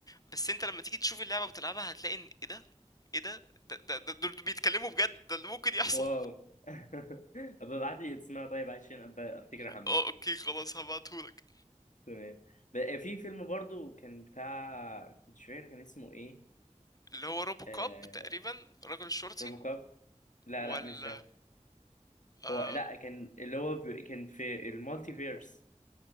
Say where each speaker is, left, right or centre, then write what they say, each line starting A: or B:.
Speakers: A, on the left; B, on the left.
A: بس انت لما تيجي تشوف اللعبه بتلعبها هتلاقي ان ايه ده ايه ده ده ده ده- دول بيتكلموا بجد ده اللي ممكن يحصل
B: واو <laughs> طب ابعت لي اسمها طيب عشان أبقى افتكر
A: <laughs>
B: احمل
A: اه اوكي خلاص هبعتهولك
B: تمام بقى في فيلم برضو كان بتاع مش فاكر كان اسمه ايه
A: اللي هو روبو كاب
B: آه...
A: تقريبا الراجل الشرطي
B: روبو كاب لا
A: ولا
B: لا مش ده
A: آه
B: هو لا كان اللي هو ب... كان في المالتي فيرس